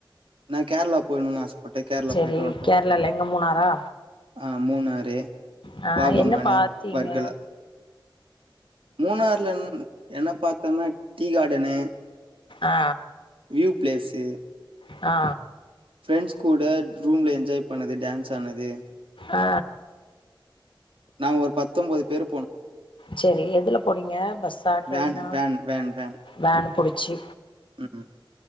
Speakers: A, on the right (about 85°); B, on the left (about 70°).
A: நா கேரளா போய்ணுன்னு ஆசப்பட்டே கேரளா
B: சரி
A: போயிட்டு வந்துட்டோ
B: கேரளால எங்க மூணாரா
A: ஆ மூணாறு
B: ஆ
A: பாகமானு
B: என்ன பாத்தீங்க
A: வர்கல மூணாறுல ன் என்ன பத்தன்னா டீ காடனு
B: ஆ
A: வியூ பிளேஸு
B: ஆ
A: ஃப்ரெண்ட்ஸ் கூட ரூம்ல என்ஜாய் பண்ணது ப் டேன்ஸ் ஆனது
B: ஆ
A: நா ஒரு பத் த்தொபது பேர் போனோ
B: சேரி எதுல போனீங்க பஸ்ஸா ட்ரெயின்னா
A: வேன் வேன் வேன் வேன்.
B: வேன்ப் புடிச்சி
A: ம்